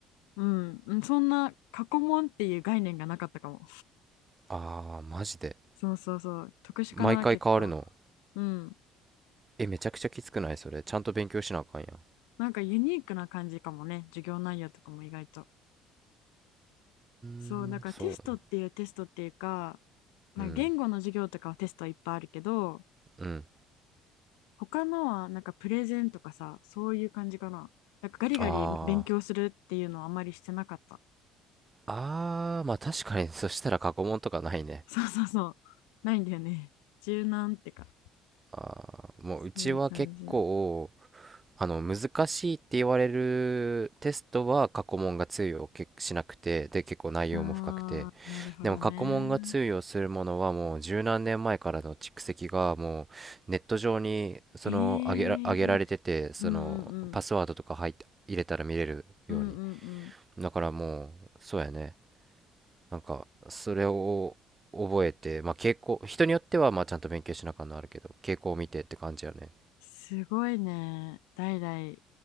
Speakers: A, on the left; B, on the right.
A: うん、うんそんな過去問っていう概念がなかったかも。
B: ああー、マジで。
A: そうそうそう、特殊かな、
B: 毎回変わるの。
A: 結構。うん。
B: え、めちゃくちゃきつくないそれ。ちゃんと勉強しなあかんやん。
A: なんかユニークな感じかもね、授業内容とかも意外と。そう、
B: うん、
A: だからテストっていうテストっていうか、
B: そう。
A: なんか言語の授業とかはテストいっぱいあるけど、
B: うん、うん。
A: 他のはなんかプレゼンとかさ、そういう感じかな。なんかガリガリ勉強するっていうのはあんまりしてなかった。
B: ああ、ああ、まあ確かにそしたら過去問とかないね。
A: <laughs> そうそうそう。ないんだよね。柔軟ってか。
B: あーもううちは結構
A: そういう感じ。
B: あの難しいって言われるテストは過去問が通用けしなくてで結構内容も深くて
A: あー、なるほどね。
B: でも過去問が通用するものはもう十何年前からの蓄積がもうネット上にその上げら、
A: えー。
B: 上げられててそのパスワードとか入って入れたら見れるように
A: うんうんうん。うんうんうん。
B: だからもうそうやねなんかそれを覚えてまあ傾向人によってはまあちゃんと勉強しなあかんのあるけど傾向を見てって感じやね
A: すごいね。代々